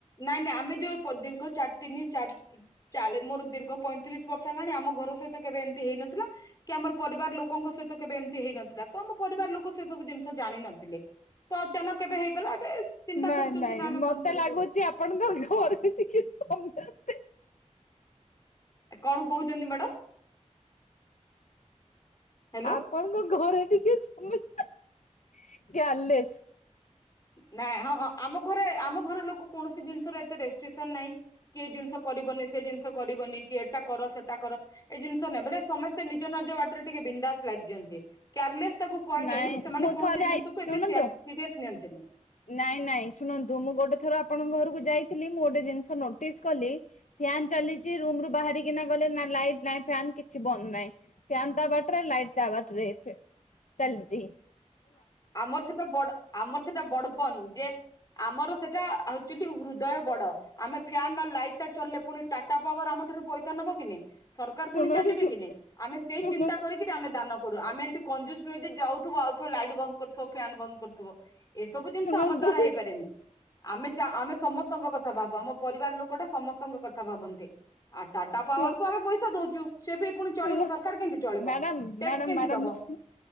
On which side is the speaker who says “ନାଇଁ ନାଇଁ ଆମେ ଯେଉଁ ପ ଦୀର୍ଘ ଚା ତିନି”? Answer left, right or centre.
Left